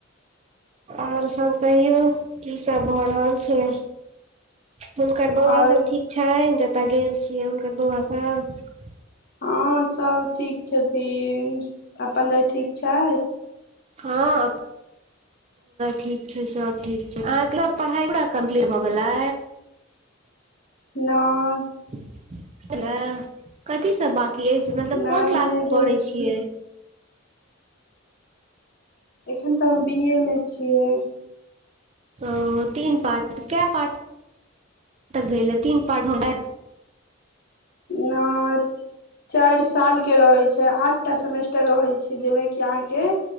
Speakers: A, on the right; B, on the left.
A: ओर सभ कहियौ की सभ भ रहल छै हुनकर बौआ
B: आओर
A: सभ ठीक छैन जतय गेल छियै हुनकर बौआ सभ
B: हँ सब ठीक छथिन अपन दाय ठीक छै
A: हँ ठीक छै सब ठीक छै अहाँके पढ़ाई पूरा कम्प्लीट भ गेले
B: नइ
A: <unintelligible> कथीसँ बाँकी अछि मतलब
B: नहि
A: कोन क्लासमे
B: नहि भेल
A: पढ़ैय
B: छै।
A: छियै
B: एखन तऽ हम बी ए मे छियै
A: ओ तीन पार्ट केय पार्ट तक भेलै तीन पार्ट
B: नय चारि साल के रहै छै आठटा सेमेस्टर रहै छै जयहिमे कि अहाँके